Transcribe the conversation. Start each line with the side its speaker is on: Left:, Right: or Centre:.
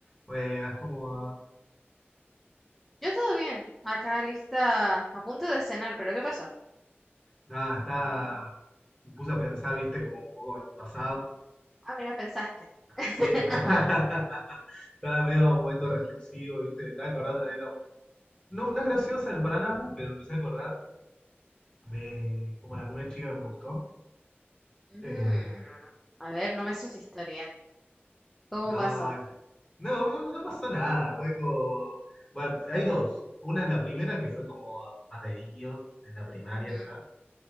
Left: Buenas, ¿cómo va?
Centre: Yo todo bien, acá lista, a punto de cenar, pero ¿qué pasó?
Left: Nada, está. Me puse a pensar, viste, como un poco en el pasado.
Centre: Ah, mira, pensaste. <laughs>
Left: Sí, está.
Centre: Ajá.
Left: <laughs> Estaba medio momento reflexivo, viste, me estaba acordando de neta. No, no es graciosa para nada, pero empecé a acordar de como la primera chica que me gustó.
Centre: Mm,
Left: Eh,
Centre: a ver, no me sé si historia. ¿Cómo
Left: no,
Centre: pasó?
Left: no, no, no pasó nada. Fue como. Bueno, hay dos. Una en la primera que fue como más de niño, en la primaria
Centre: Ujú.
Left: ya.